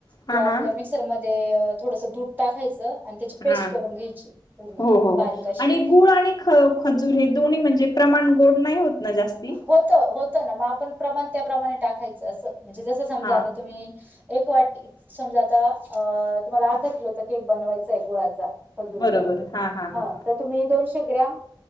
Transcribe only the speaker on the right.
त्या
आपल्या
मिक्सरमध्ये थोडस दूध टाकायचं आणि त्याची पेस्ट
करून घ्यायची पूर्ण
बारीक
अशी
होत होतं ना मग आपण प्रमाण त्याप्रमाणे टाकायचं असं म्हणजे जस समजा
आता तुम्ही एक वाटी समजा आता अ तुम्हाला अर्धा किलोचा केक बनवायचा आहे गुळाच जा खजुरचा
ह
तत तुम्ही दोनशे ग्रॅम